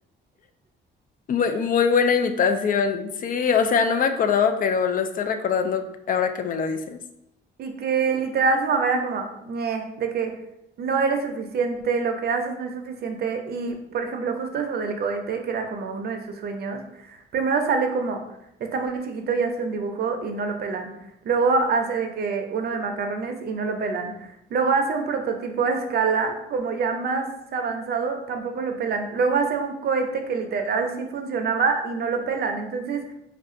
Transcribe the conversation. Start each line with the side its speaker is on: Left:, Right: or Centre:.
Left: Muy, muy buena invitación. Sí, o sea, no me acordaba, pero lo estoy recordando ahora que me lo dices.
Right: Y que literal su mamá era como, "Ñe", de que no eres suficiente, lo que haces no es suficiente. Y, por ejemplo, justo eso del cohete, que era como uno de sus sueños, primero sale como, está muy chiquito y hace un dibujo y no lo pelan. Luego hace de que uno de macarrones y no lo pelan. Luego hace un prototipo a escala, como ya más avanzado, tampoco lo pelan. Luego hace un cohete que literal sí funcionaba y no lo pelan. Entonces...